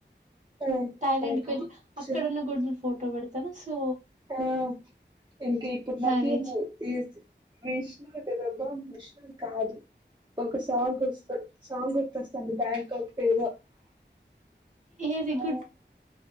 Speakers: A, on the right; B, on the right.
A: ఆ
B: థాయ్ లాండ్
A: బయటకు
B: కి వెళ్ళి
A: వచ్చి
B: అక్కడన్న గుడ్ల్ ఫోటో పెడతాను సో
A: ఆ ఇంకీ ఇప్పుడు నాకీమ్
B: మేనేజ్
A: ఈ విష్ణువు తెదెబ్బా విష్ణువు కాదు ఒక సాంగ్ వస్త్ సాంగ్ గుర్తొస్తాంది బ్యాంకాక్ ఏదో
B: ఏది
A: ఆ
B: గుడ్